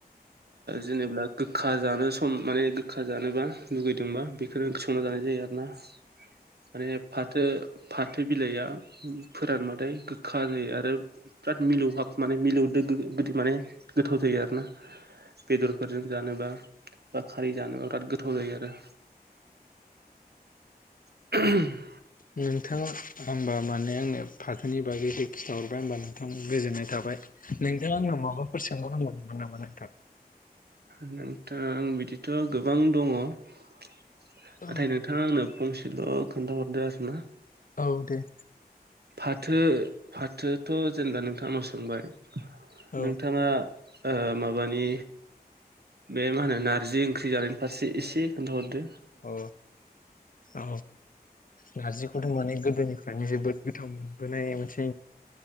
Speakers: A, on the right (about 75°); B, on the left (about 55°).
A: जेनेब्ला गोखा जानो सम माने गोखा जानोबा लुगैदोंबा बेखौनो ओंख्रि संना जानाय जायो आरो ना माने फाथो फाथो बिलाइआ फोरानबाथाय गोखा जायो आरो बिराद मिलौहाब माने मिलौदो माने गोथाव जायो आरो ना बेदरफोरजों जानोबा बा खारै जानोबा बिराद गोथाव जायो आरो <inaudible> <inaudible>
B: नोंथाङा होमबा माने आंनो फाथोनि बागैहाय खिथाहरबाय होमबा नोंथां गोजोननाय थाबाय नोंथां आंनाव माबाफोर सोंबावनांगौ दंमोन नामा नोंथां
A: नोंथां आं बिदिथ' गोबां दङ नाथाय
B: औ
A: नोंथां नोंथाङा आंनो फंसेल' खोन्थााहरदो आरोना
B: औ दे
A: फाथो फाथोथ' जेनेबा नोंथांनाव सोंबाय
B: औ
A: नोंथाङा माबानि बे मा होनो नारजि ओंख्रि जानायनि फारसे एसे खिथाहरदो
B: अ औ नारजिखौथ माने गोदोनिफ्रायनो जोबोद गोथाव मोनबोनाय मोनसे